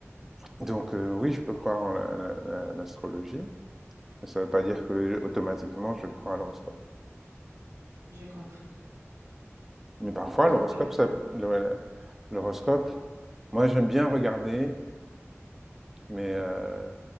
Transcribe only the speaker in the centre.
Donc heu, oui, je peux croire en la la la l'astrologie, mais ça ne veut pas dire que, automatiquement, je crois à l'horoscope.
Mais parfois,
l'horoscope,
ça peut le l'horoscope, moi, j'aime bien regarder, mais heu,